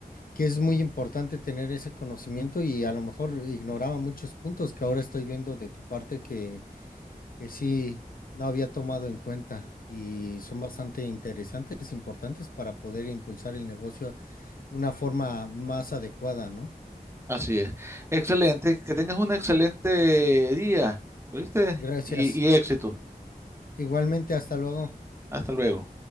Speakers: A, on the left; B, on the right.
A: que es muy importante tener ese conocimiento y a lo mejor ignoraba muchos puntos que ahora estoy viendo de tu parte que, que sí no había tomado en cuenta y son bastante interesantes, importantes para poder impulsar el negocio de una forma más adecuada, ¿no?
B: Así es. Excelente. Que tengas un excelente día, ¿oíste?
A: Gracias.
B: Y, y éxito.
A: Igualmente, hasta luego.
B: Hasta luego.